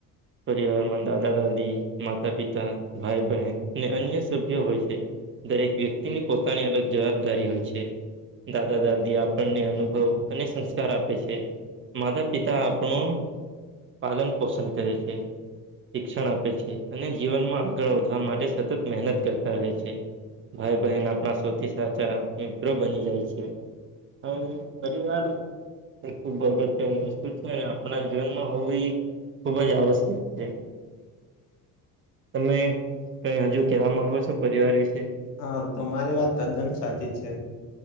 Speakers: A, on the right (about 30°); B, on the left (about 80°).
A: પરિવારમાં દાદા-દાદી, માતા-પિતા, ભાઈ- બહેન ને અન્ય સભ્યો હોય છે, દરેક વ્યક્તિની પોતાની અલગ જવાબદારી હોય છે. દાદા-દાદી આપણને અનુભવ અને સંસ્કાર આપે છે. માતા-પિતા આપણું પાલન પોષણ કરે છે. શિક્ષણ આપે છે, અને જીવનમાં આગળ વધવા માટે સતત મહેનત કરતા રહે છે. ભાઈ-બહેન આપણા સોથી સાચા મિત્રો બની જાય છે. અને પરીવાર એ ખુબ અગત્યની વસ્તુ છે. આપણા જીવનમાં હોવી ખુબ જ આવશ્યક છે. તમે કઈ હજુ કેવા માંગો છો પરિવાર વિશે?
B: હા, તમારી વાત તદ્દન સાચી છે,